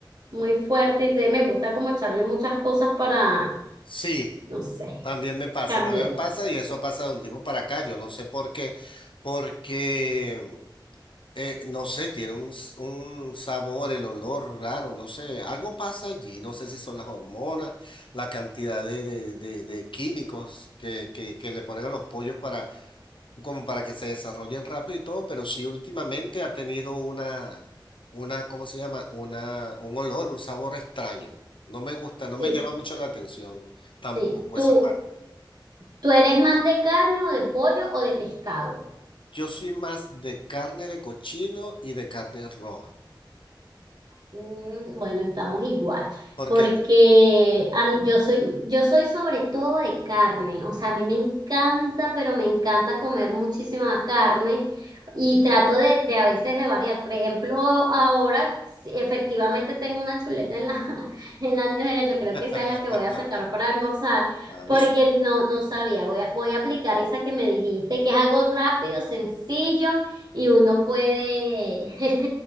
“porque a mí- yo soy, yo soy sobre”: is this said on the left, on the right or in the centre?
Right